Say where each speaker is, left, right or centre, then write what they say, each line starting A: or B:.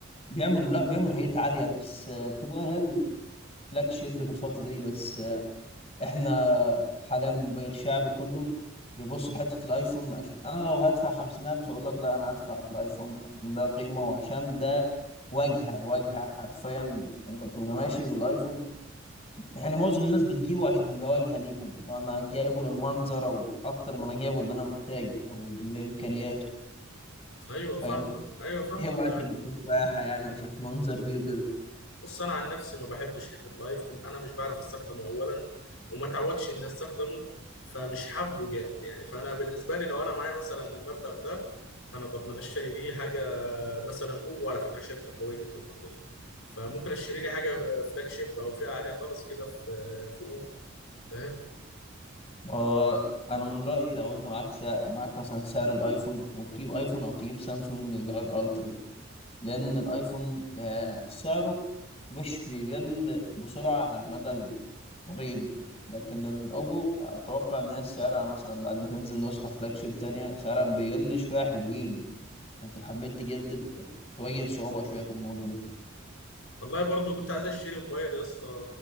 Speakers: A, on the left; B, on the left.
A: بيعملوا لا بيعملوا حاجات عاليه بس آه، بتبقى هي الفلاج شيب في الفتره دي بس آه، احنا حاليا بقى الشعب كله بيبص لحته الايفون عشان انا لو هدفع 50000 اقول لك لا انا هدفع في الايفون عشان ده قيمه وعشان ده واجهه واجهه حرفيا انت بتبقى ماشي بالايفون يعني معظم الناس بتجيبه عشان يبقى واجهه ليهم انا جايبه للمنظر او اكتر ما انا جايبه اللي انا محتاجه او لامكانياته
B: ايوه
A: فاهم
B: فاهمك ايوه فاهمك
A: هو عشان
B: انا
A: التفاحه يعني وعشان منظر بيه وكده
B: بص انا عن نفسي ما بحبش حته الايفون انا مش بعرف استخدمه اولا وما تعودش اني استخدمه فمش حابه جامد يعني فانا بالنسبه لي لو انا معايا مثلا المبلغ ده فانا طب ما أنا اشتري بيه حاجه مثلا اوبو على فكره شركه قويه جدا الفتره دي فممكن اشتري لي حاجه فلاج شيب او فئه عاليه خالص كده في في اوبو فاهم
A: هو انا من رايي لو انت معاك سعر معاك مثلا سعر الايفون انت ممكن تجيب ايفون او تجيب سامسونج اللي هي الالترا دي لان الايفون آه، سعره مش بيقل بسرعه على المدى القريب لكن الاوبو اتوقع ان هي سعرها مثلا بعد ما تنزل نسخه فلاج شيب تانية سعرها بيقل شويه حلوين فانت لو حبيت تجدد تواجه صعوبه شويه في الموضوع ده
B: والله برضو كنت عايز اشتري موبايل يا اسطى